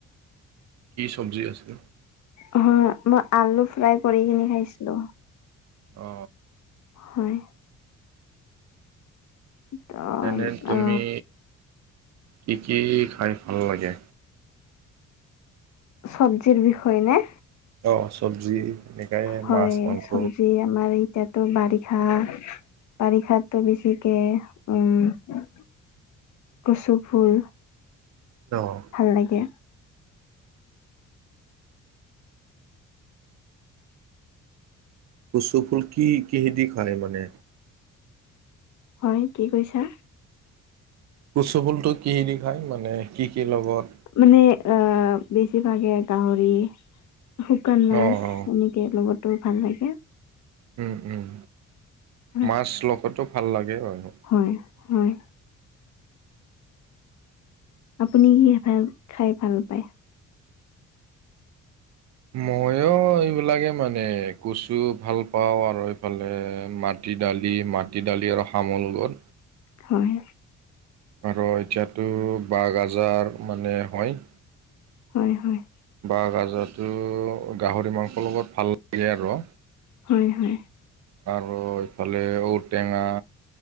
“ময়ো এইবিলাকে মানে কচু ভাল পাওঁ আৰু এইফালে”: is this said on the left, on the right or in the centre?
Right